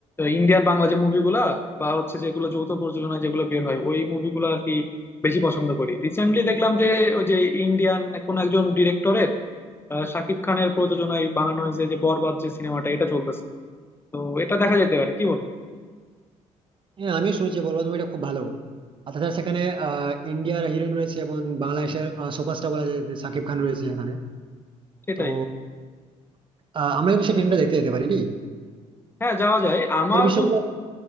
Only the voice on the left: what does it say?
ইন্ডিয়ান বাংলা যে মুভিগুলা বা হচ্ছে যেগুলো যৌথ প্রযোজনায় যেগুলো বের হয় ওই মুভিগুলো আর কি বেশি পছন্দ করি রিসেন্টলি দেখলাম যে ওই যে ইন্ডিয়ান কোন একজন ডিরেক্টরের শাকিব খানের প্রযোজনায় বানানো হয়েছে যে বরবাদ যে সিনেমাটা এটা চলতেছে তো এটা দেখা যেতে পারে কি বলো
সেটাই
হ্যাঁ যাওয়া যায় আমার
বন্ধু